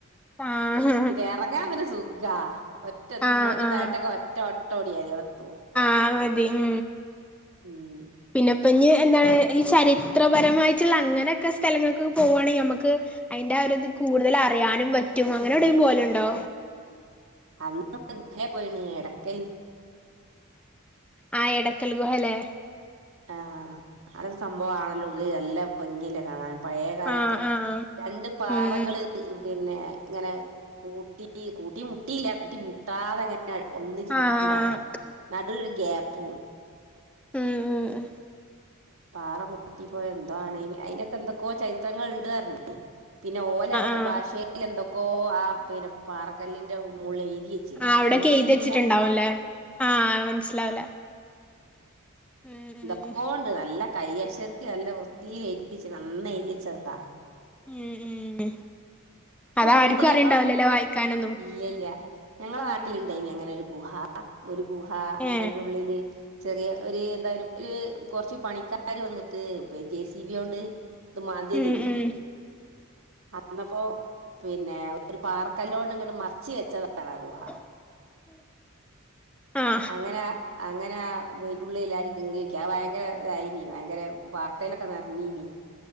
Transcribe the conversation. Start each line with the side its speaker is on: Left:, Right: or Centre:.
Centre: ആഹ്
Right: ഇത് ഇറങ്ങാൻ പിന്നെ സുഖാ. ഒറ്റതും
Centre: ആഹ്
Right: മോൾന്ന്
Centre: ആഹ്
Right: താഴട്ടൊക്ക് ഒറ്റ ഓട്ടം ഓടിയാതി ഇവിടെത്തും.
Centre: ആ മതി ഉം.
Right: ഉം.
Centre: പിന്നെപ്പം ഇഞ്ഞ് എന്താണ് ഈ ചരിത്രപരമായിട്ടുള്ള അങ്ങനൊക്കെ സ്ഥലങ്ങൾക്ക് പോവാണെങ്കിൽ നമുക്ക് അതിന്റെ ആ ഒരിത് കൂടുതൽ അറിയാനും പറ്റും അങ്ങനെ എവിടെലും പോവല് ഉണ്ടോ?
Right: അന്ന് ' <inaudible> ' പോയിന് എടക്കല്
Centre: ആഹ് എടക്കൽ ഗുഹല്ലേ.
Right: ആഹ് ആഹ് അവിടെ ഒരു സംഭവം ആണല്ലോ ഉള്ളിൽ നല്ല ഭംഗിയല്ലേ കാണാൻ. പഴയ കാലത്തെ
Centre: ആഹ് ആഹ്
Right: രണ്ട് പാറകള്
Centre: ഉം
Right: പിന്നെ അങ്ങനെ കൂട്ടി കൂട്ടി മുട്ടിയില്ല കൂട്ടി മുട്ടാതെ അങ്ങനെ ഒന്നിച്ച്
Centre: ആഹ്
Right: നിക്കണ്ട്
Centre: ആഹ്
Right: അവിടെ. നടൂല് ഒര് ഗ്യപ്പൂ.
Centre: ഉം ഉം ഉം
Right: പാറ പൊട്ടിപ്പോയ എന്തോ ആണ് അയിനൊക്കെ എന്തൊക്കോ ചരിത്രങ്ങൾ ഇണ്ട് പറഞ്ഞ്. പിന്നെ ഓല
Centre: ആഹ്
Right: ഭാഷേൽ എന്തൊക്കോ ആ പിന്നെ പാറക്കല്ലിന്റെ മോള് എഴുതി വെച്ച്ക്ക്ണ്
Centre: ആ അവിടെക്കെ
Right: നമ്മക്ക്
Centre: എഴുതി
Right: തിരിയൂല
Centre: വച്ചിട്ടുണ്ടാവും ല്ലേ ആഹ് മനസ്സിലാവൂല. ഉം ഉം
Right: എന്തക്കോണ്ട് നല്ല കയ്യക്ഷരത്തിൽ നല്ല വൃത്തിൽ എഴുതി വെച്ചീണ് അന്ന് എഴതി വച്ചതാ
Centre: ഉം ഉം
Right: ഇവിടെ
Centre: അത് ആർക്കും
Right: പണ്ട് ഞങ്ങളെ
Centre: അറിയണ്ടാവുലല്ലേ വായിക്കാനൊന്നും.
Right: ഇല്ല ഇല്ല ഞങ്ങളെ
Centre: ഉം
Right: നാട്ടിലുണ്ടായിനി
Centre: ഉം
Right: അങ്ങനെ ഒരു ഗുഹ ഒരു ഗുഹ
Centre: ഏഹ്
Right: അതിനുള്ളില് ചെറിയ ഒരു എന്താ ഒരു കുറച്ച് പണിക്കാര് വന്നിട്ട് ജെ സി ബി യോണ്ട് മാന്തിയതേനി.
Centre: ഉം ഉം
Right: അന്നപ്പോ പിന്നെ ഒ പാർക്കല്ലോണ്ട ഇങ്ങട്ട് മറച്ച് വെച്ചതാ ആ ഗുഹാ
Centre: <inaudible> ആഹ്
Right: അങ്ങനെ അങ്ങനെ വീണ്ടുള്ളി എല്ലാരും കീറിഓക്കി ഭയങ്കര ഇതായിനീ ഭയങ്കര വാർത്തയിലൊക്കെ നർഞ്ഞീനീ